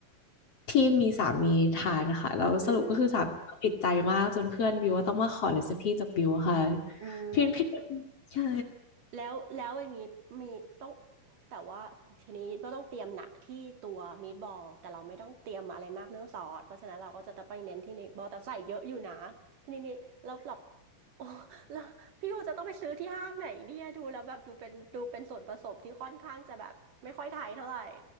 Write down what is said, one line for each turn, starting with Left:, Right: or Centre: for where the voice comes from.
Left: ที่มีสามีทานนะคะแล้วสรุปก็คือสามีติดใจมากจนเพื่อนบิวว่าต้องมาขอเรซิปี้จากบิวค่ะ
Right: อืมอืม
Left: พี่พี่ใช่
Right: แล้วแล้วอย่างนี้มีต้องแต่ว่าชนิดก็ต้องเตรียมหนักที่ตัวมีดบอลแต่เราไม่ต้องเตรียมอะไรมากเรื่องซอสเพราะฉะนั้นเราก็จะไปเน้นที่ในบอลแต่ใส่เยอะอยู่นะทีนี้นี่เราปรับโอ้แล้วพี่ว่าจะต้องไปซื้อที่ห้างไหนเนี่ยดูแล้วแบบดูเป็นดูเป็นส่วนผสมที่ค่อนข้างจะแบบไม่ค่อยไทยเท่าไหร่